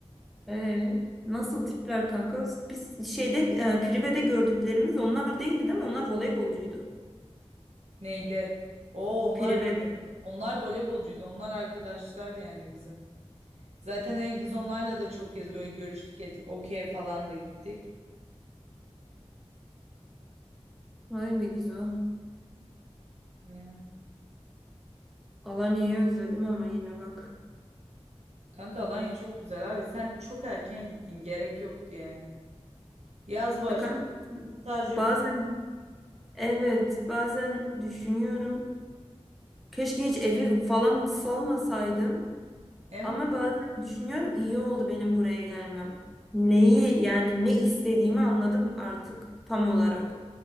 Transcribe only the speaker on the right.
Neydi? Oo onlar
onlar voleybolcuydu. Onlar arkadaşlar yani bizim. Zaten hani biz onlarla da çok kez böyle görüştük ettik. Okey'e falan da gittik.
Ya.
Kanka Alanya çok güzel abi. Sen çok erken gittin. Gerek yoktu yani. Yaz başladı.
Staj
yok.
Em